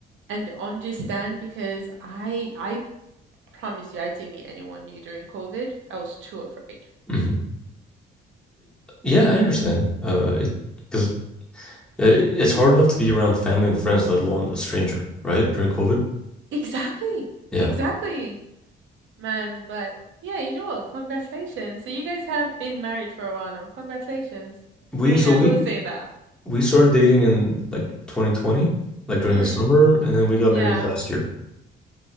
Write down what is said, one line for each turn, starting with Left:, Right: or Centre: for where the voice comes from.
Right: and understand because I I promise you I didn't meet anyone new during COVID. I was too afraid.
Centre: hmm yeah, I understand. Uh, it because it's hard enough to be around family and friends, let alone a stranger, right? During COVID.
Right: Exactly.
Centre: Yeah.
Right: Exactly, man. But yeah, you know what? Congratulations. So you guys have been married for a while now. Congratulations.
Centre: We
Right: I mean,
Centre: so
Right: I
Centre: we
Right: will say that.
Centre: we started dating in like 2020, like during
Right: Mm,
Centre: the summer, and then we got
Right: yeah.
Centre: married last year.